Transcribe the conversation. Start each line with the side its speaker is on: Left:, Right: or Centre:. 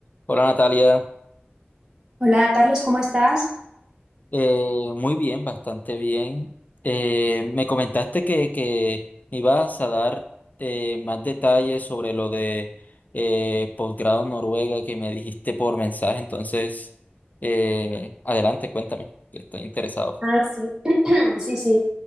Left: Hola Natalia,
Right: Hola Carlos, ¿cómo estás?
Left: Eh, muy bien, bastante bien. Eh, me comentaste que, que me ibas a dar eh, más detalles sobre lo de eh, posgrado en Noruega que me dijiste por mensaje, entonces eh, adelante, cuéntame, que estoy interesado.
Right: Ah, sí, <clears throat> sí, sí.